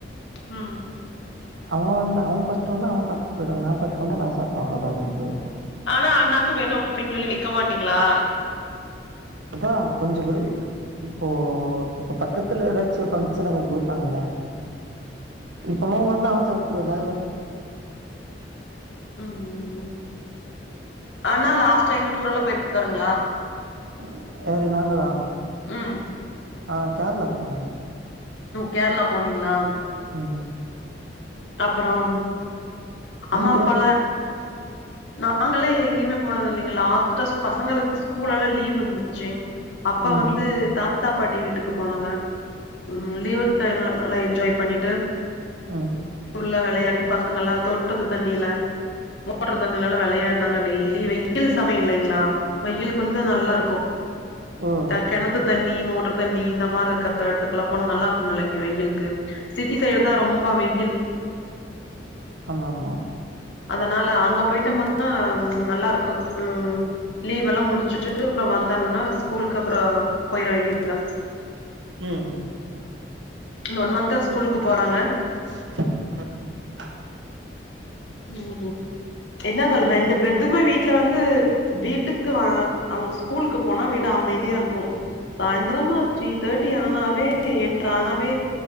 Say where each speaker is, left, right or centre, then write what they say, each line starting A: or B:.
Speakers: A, on the left (about 80°); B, on the right (about 85°).
A: ம்
B: அவ வந்தா அவ ஃபர்ஸ்ட் வந்தா அவ சாப்ட்டு போயிடுவா நா ஃபர்ஸ்ட் வந்தா நா சாப்ட்ருவ அவ்ளோதா ரெண்டு பேருக்கு
A: ஆனா அண்ணாக்கு வேணு அப்டின்னு சொல்லி வைக்க மாட்டீங்ளா
B: அதா கொஞ்சோ குரிய இப்போ இப்ப பக்கத்துல எதாச்சு ஒரு பங்க்ஷன்னா கொஞ்சோ குடுப்பாங்கல்ல இப்பமு அவ வந்தா அவ சாப்பிற்றதா
A: ம் ஆனா லாஸ்ட்டா எங்க டூர் எல்லா போயிருக்காருங்களா
B: ம் யாரு நாங்களா?
A: ம்.
B: அ கேர்ளா போனோ
A: கேர்ளா போனீங்ளா
B: ம்
A: அப்புறம் அம்மா
B: நீங்க?
A: அப்பாலா நாங்களா எங்கயுமே போனது இல்லிங்க லாஸ்ட பசங்களுக்கு ஸ்கூலல்ல லீவ் இருந்துச்சு அப்ப
B: ம்.
A: வந்து த தாத்தா பாட்டி வீட்டுக்கு போனாங்க ம் லீவ் டைம்ல நல்லா என்ஜாய் பண்ணிட்டு
B: ம்
A: நல்லா வெளையாடிட்டு பசங்கெல்லா தோட்டத்து தண்ணில ஓட்ர தண்ணிலல்லா வெளையாடி நாங்க டெய்லி வெயில் சமயம் இல்லிங்ளா வெயிலுக்கு வந்து நல்லா இருக்கு
B: ஓ!
A: தக் கெணத்து தண்ணி தண்ணி மோட்டர் தண்ணி இந்த மாரி இருக்குற எடத்துக்குல்லா போனா நல்லா இருக்குமில்ல வெயிலுக்கு சிட்டி சைடு தா ரொம்ப வெயில்
B: ஆமா ஆமா
A: அதனால அங்க போயிட்டோம்னா நல்லா இருக்கு ம் லீவ் எல்லா முடிசிட்டு வந்தமன்னா ஸ்கூலுக்கு அப்புறோ போய்ற வேண்டியதா
B: ம் ம்
A: இந்த ஒன் மன்த்தா ஸ்கூலுக்கு போறாங்க
B: ம்
A: ம் என்ன சொல்ல ரெண்டு பெத்துக்குமே வீட்ல வந்து வீட்டுக்கு வ அவுங்க ஸ்கூல்க்கு போனா வீ டே அமைதியா இருக்கும் சாயந்தரமா த்ரீ தேட்டி ஆனாவே என்றானாவே